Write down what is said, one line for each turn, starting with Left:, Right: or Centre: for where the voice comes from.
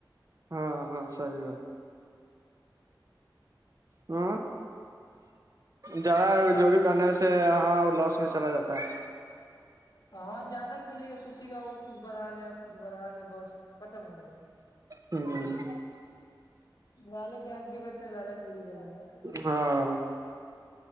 Right: ہاں ہاں سی بات ہاں جدا جو بھی کرنے سے ہاں لوس میں چلا جاتا ہے
Left: ہاں زیادہ کھیلے گا سوچیے گا وہ کچھ بڑھا لے ا کچھ بڑھا لے بس پت م ہوے
Right: ہوں
Left: لالچ جاند بھی کرتے ہیں لالچ بڑی والا ب
Right: ہاں